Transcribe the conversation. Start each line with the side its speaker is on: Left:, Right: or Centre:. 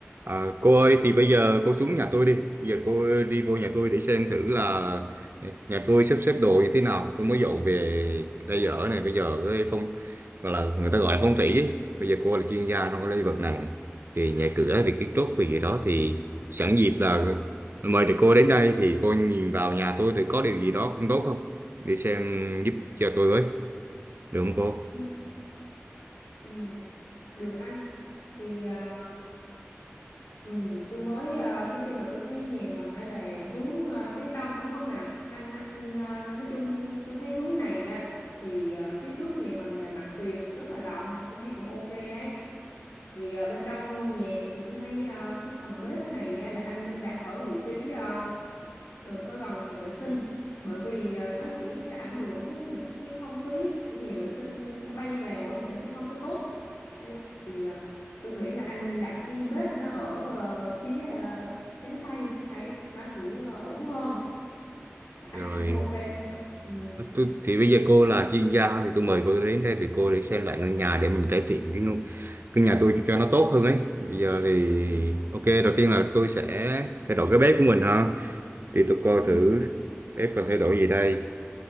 Right: À, cô ơi thì bây giờ cô xuống nhà tôi đi bây giờ cô đi vô nhà tôi để xem thử là nhà tôi sắp xếp đồ như thế nào tôi mới dọn về đây ở này bây giờ cái phong gọi là người ta gọi là phong thủy ấy. bây giờ cô là chuyên gia trong cái lĩnh vực này thì nhà cửa về kiến trúc về gì đó thì sẵn dịp là mời được cô đến đây thì cô nhìn vào nhà tôi thì có điều gì đó không tốt không để xem giúp cho tôi với được không cô
Left: Ừ, ừ, được anh thì à, ừ, tôi mới à, nói chung là tôi thấy nhà mình đó là hướng à, chánh đông đúng không nè anh anh à, nói chung tôi thấy hướng này á thì à, phía trước nhà mình là mặt tiền rất là rộng tôi thấy cũng ok đấy thì à, bên trong ngôi nhà thì tôi thấy à, cái phần bếp này á, là anh nên đặt ở vị trí ờ, đừng có gần nhà vệ sinh bởi vì ờ, nó sẽ ảnh hưởng những cái không khí của nhà vệ sinh nó bay vào á thì nó sẽ không có tốt đấy thì ờ, tôi nghĩ là anh nên đặt cái bếp nó ở ờ, phía ờ, chánh tay đấy nó sẽ ờ, ổn hơn anh,
Right: rồi
Left: anh thấy ok không ừ.
Right: Ờ, Tôi, thì bây giờ cô là chuyên gia thì tôi mời cô đến đây để cô để xem lại ngôi nhà để mình cải thiện cái ngôi- cái nhà tôi cho nó tốt hơn ấy. Bây giờ thì
Left: Ừ.
Right: ok đầu tiên là tôi sẽ thay đổi cái bếp của mình ha. Thì tôi coi
Left: Ừ.
Right: thử bếp cần thay đổi gì đây.